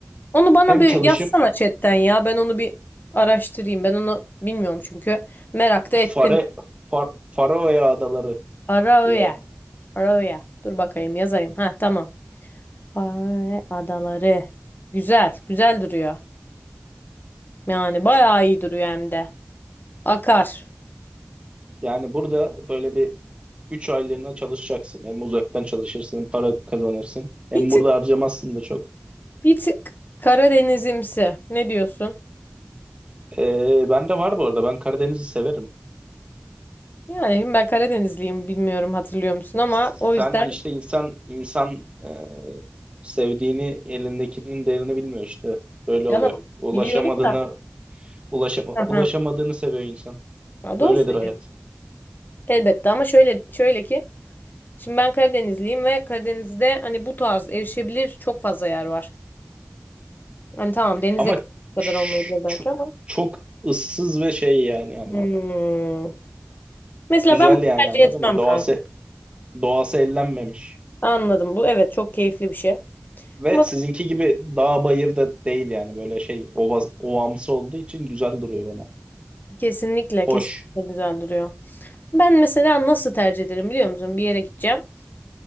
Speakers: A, on the left; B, on the right.
A: Onu bana
B: hem
A: bir
B: çalışıp
A: yazsana chatten ya. Ben onu bir araştırayım. Ben onu bilmiyorum çünkü. Merak da
B: Fare,
A: ettim.
B: Far, Faroe Adaları
A: Faroe.
B: diye
A: Faroe. Dur bakayım yazayım. Ha tamam. Faroe adaları. Güzel. Güzel duruyor. Yani bayağı iyi duruyor hem de. Akar.
B: Yani burada böyle bir 3 aylığına çalışacaksın. Hem uzaktan çalışırsın, hem para kazanırsın. Hem
A: Bir tık
B: burada harcamazsın da çok.
A: bir tık Karadenizimsi. Ne diyorsun?
B: Ee, ben de var bu arada. Ben Karadeniz'i severim.
A: Yani şimdi ben Karadenizliyim bilmiyorum hatırlıyor musun ama
B: Sen
A: o yüzden
B: işte insan insan e, sevdiğini elindekinin değerini bilmiyor işte. Böyle
A: yalan
B: oluyor. Ulaşamadığını
A: biliyorum da.
B: ulaşama,
A: Hı hı.
B: ulaşamadığını seviyor insan.
A: Ya doğru
B: Böyledir
A: söylüyorsun.
B: hayat.
A: Elbette ama şöyle şöyle ki Şimdi ben Karadenizliyim ve Karadeniz'de hani bu tarz erişebilir çok fazla yer var. Hani tamam denize
B: Ama ç-
A: bu kadar olmayabilir belki
B: ç-
A: ama.
B: çok ıssız ve şey yani yani
A: Hmm. Mesela
B: güzel
A: ben bunu
B: yani
A: tercih
B: anladın
A: etmem
B: mı? Doğası
A: kanka.
B: doğası ellenmemiş.
A: Anladım bu evet çok keyifli bir şey.
B: Ve
A: Ama
B: sizinki gibi dağ bayır da değil yani böyle şey ova, ovamsı olduğu için güzel duruyor bana.
A: kesinlikle
B: Hoş
A: kesinlikle güzel duruyor. Ben mesela nasıl tercih ederim biliyor musun? Bir yere gideceğim.